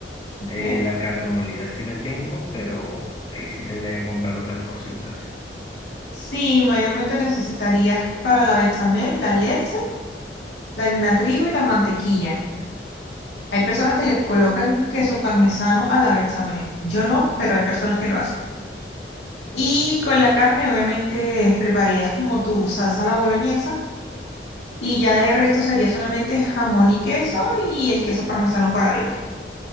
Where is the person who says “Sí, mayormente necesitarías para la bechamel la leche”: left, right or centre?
Left